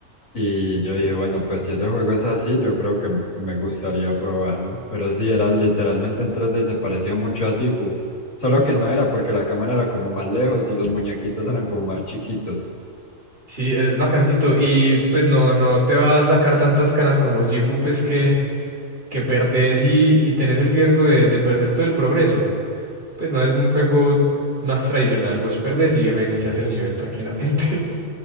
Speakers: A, on the left (about 80°); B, on the right (about 45°).
A: Y yo dije, bueno, pues si ese juego es así, yo creo que me gustaría probarlo. Pero sí, era literalmente en tres d y se parecía mucho a Sifu. Solo que no era porque la cámara era como más lejos y los muñequitos eran como más chiquitos.
B: Sí, es bacancito. Y pues no, no te va a sacar tantas canas como Sifu, pues que, que perdés y, y tenés el riesgo de, de perder todo el progreso. Pues no es un juego más tradicional, vos perdés y reinicias el nivel tranquilamente.